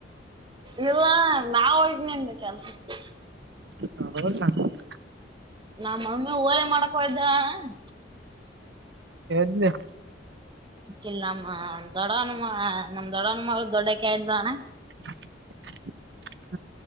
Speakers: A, on the right; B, on the right.
A: ಇಲ್ಲ ಅಣ್ಣ ನಾನ್ ಹೋಗಿನಿ ಅಂದೇ ಕೆಲಸಕ್ಕೆ
B: <unintelligible>
A: ನಮ್ಮ ಮಮ್ಮಿ ಓಳೆ ಮಾಡಕ್ ಹೋಗಿದ್ಲು ಅಣ್ಣ
B: ಎಲ್ಲಿ
A: ಇಲ್ಲಿ ನಮ್ಮ್ ದೊಡ್ಡ ನಮ್ ದೊಡ್ಡ ಮಗಳು ದೊಡ್ಡಾಕಿ ಅಂದ್ಲು ಅಣ್ಣ
B: <inaudible>